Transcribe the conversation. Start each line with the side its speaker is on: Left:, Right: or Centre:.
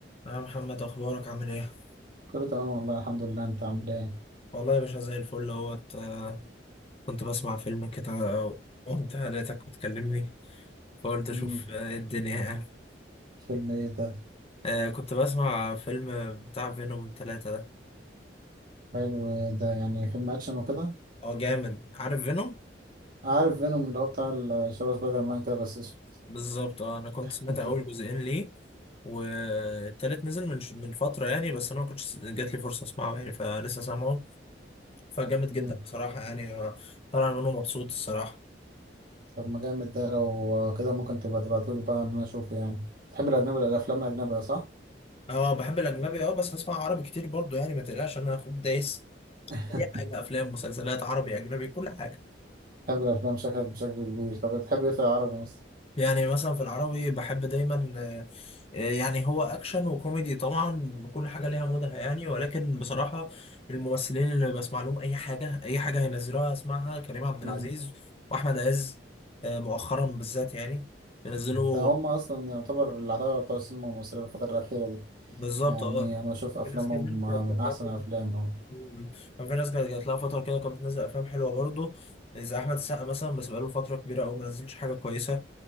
Left: يا محمد اخبارك عامل ايه
Right: كله تمام والله الحمد لله انت عامل ايه
Left: والله يا باشا زي الفل اهوت آه، كنت بسمع فيلم كده وانت لقيتك بتكلمني فقلت اشوف
Right: امم
Left: آه، ايه الدنيا يعني
Right: فيلم ايه ده
Left: آه، كنت بسمع فيلم بتاع فينوم ثلاثة ده
Right: حلو ايه ده يعني فيلم اكشن وكده
Left: اه جامد عارف فينوم
Right: عارف فينوم اللي هو بتاع ال- شبه سبايدر مان كده بس اسود
Left: بالظبط اه انا كنت
Right: <laughs>
Left: سمعت
Right: انت
Left: اول جزئين ليه والتالت نزل من من فترة يعني بس انا ما كنتش جات لي فرصة اسمعه يعني فلسه سامعه فجامد جدا
Right: امم
Left: بصراحة يعني آه، طالع منه مبسوط الصراحة
Right: طب ما جامد ده لو كده ممكن تبقى تبعتولي بقى ان انا اشوفه يعني تحب الاجنبي الافلام الاجنبيه صح
Left: اه بحب الاجنبي اه بس بسمع عربي كتير برضو يعني ما تقلقش انا اخوك دايس
Right: <laughs>
Left: في اي حاجه افلام مسلسلات عربي اجنبي كل حاجه
Right: بتحب الافلام شكلك بشكل كبير طب بتحب ايه في العربي مثلا
Left: يعني مثلا في العربي بحب دايما آه، آه، يعني هو اكشن وكوميدي طبعا كل حاجه ليها مودها يعني ولكن بصراحه الممثلين اللي بسمع لهم اي حاجه اي حاجه هينزلوها اسمعها كريم عبد العزيز
Right: امم
Left: واحمد عز آه، مؤخرا بالذات يعني ينزلوا
Right: ده هم اصلا يعتبر العتاوله بتوع السينما المصريه الفتره الاخيره دي
Left: بالظبط
Right: يعني
Left: اه
Right: انا بشوف افلامهم
Left: في ناس كتير كانت
Right: من
Left: بتلاقي
Right: احسن افلام اهو
Left: مم. كان في ناس كانت جات لها فترة كده كانت بتنزل أفلام حلوة برضه زي أحمد السقا مثلا بس بقاله فترة كبيرة أوي ما نزلش حاجة كويسة